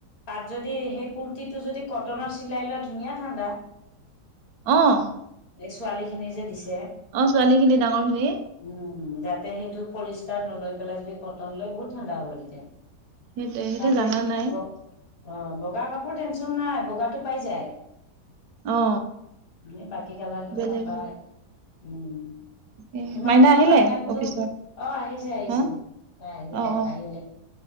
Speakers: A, on the left; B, on the right.
A: তাত যদি সেই কুুৰ্তীটো যদি কটনৰ চিলাই লোৱা, ধুনীয়া ঠাণ্ডা।
B: অহ'।
A: এই ছোৱালী খিনি যে দিছে।
B: অ' ছোৱালী খিনি ডাঙৰ খিনি।
A: উম উম উ, যাতে সেইটো পলিষ্টাৰ নলৈ পেলাই যদি কটন লৈ বহুত ঠাণ্ডা হ'ব তেতিয়া।
B: সেইটোৱে সেইটো
A: ভালকে
B: জানা নাই
A: বহ। অ' বগা কাপোৰ টেনচন নাই বগাটো পাই যায়।
B: অ
A: এনে বাকী কালাৰ খিনি
B: বেলেগ
A: নাপায় উম উ।
B: এ
A: তোমালোকৰ
B: মাইনা আহিলে
A: মাইনাকতো
B: অফিচৰ
A: অ' আহিছে আহিছে
B: হা
A: তাই আহিলে
B: অ অ
A: আহিলে।